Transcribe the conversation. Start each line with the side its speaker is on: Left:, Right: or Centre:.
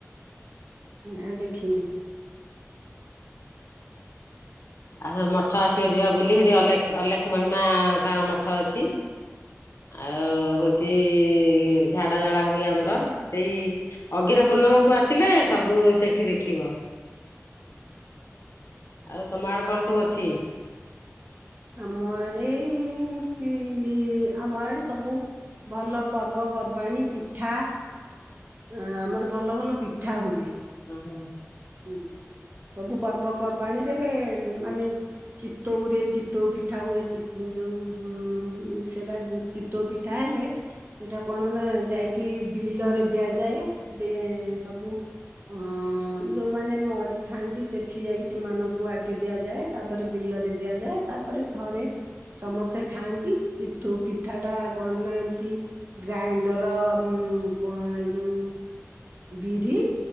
Right: ନା ଦେଖିନି।
Left: ଆଉ ମଠ ଆସିବ ଯିବା ବୁଲି ସେଠି ଅଲେଖ ଅଲେଖ ମହିମା ତାଙ୍କ ମଠ ଅଛି। ଆଉ ହଉଛି ଝାଡ଼ ଜଳା ହୁଏ ଆମର ସେଇ ଅଗିରା ପୂର୍ଣ୍ଣିମାକୁ ଆସିଲେ ସବୁ ସେଠି ଦେଖିବ। ଆଉ ତମ ଆଡ଼େ କଣ ସବୁ ଅଛି?
Right: ଆମ ଆଡ଼େ ଏମତି ଆମ ଆଡ଼େ ସବୁ ଭଲ ପର୍ବପର୍ବାଣୀ ପିଠା ଆ ଆମର ଭଲ ଭଲ ପିଠା ହୁଏ।
Left: ହୁଁ ହୁଁ।
Right: ହୁଁ ସବୁ ପର୍ବପର୍ବାଣୀରେ ମାନେ ଚିତଉରେ ଚିତଉ ପିଠା ହୁଏ। ଯୋଉ ଉଁ ସେଟା ଚିତଉ ପିଠା ହେଲେ ସେଇଟା କଣ ନା ଯାଇକି ବିଲରେ ଦିଆଯାଏ ଦ ସବୁ ଅଁ ଯୋଉମାନେ ମରିଥାନ୍ତି ସେଠି ଯାଇକି ସେମାନଙ୍କୁ ଆଗେ ଦିଆଯାଏ। ତାପରେ ବିଲରେ ଦିଆଯାଏ। ତାପରେ ଘରେ ସମସ୍ତେ ଖାଆନ୍ତିୁ। ଚିତଉ ପିଠାଟା କଣ ନା ଏମିତି ଗ୍ରାଇଣ୍ଡର ଉଁ କଣ ଏଇ ଯୋଉ ବିରି